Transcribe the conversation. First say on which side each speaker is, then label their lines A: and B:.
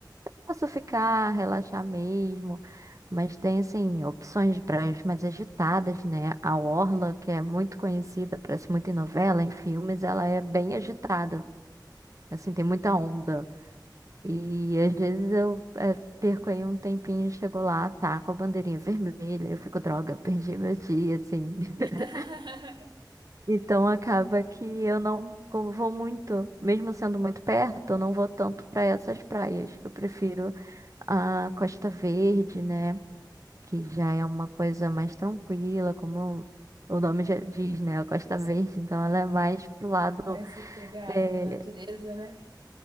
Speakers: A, on the right (about 45°); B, on the right (about 80°).
A: Posso ficar, relaxar mesmo, mas tem assim opções de praias mais agitadas, né? A Orla, que é muito conhecida, parece muito em novela, em filmes, ela é bem agitada, assim, tem muita onda. E às vezes eu eh, perco aí um tempinho, chego lá, tá com a bandeirinha vermelha, eu fico, droga, perdi meu dia, assim. <laughs>
B: <laughs>
A: Então acaba que eu não go- vou muito, mesmo sendo muito perto, eu não vou tanto para essas praias. Eu prefiro a Costa Verde, né? que já é uma coisa mais tranquila, como o nome já diz, né? A Costa Verde, então ela é mais pro lado.
B: Mais sossegado
A: é,
B: da natureza, né?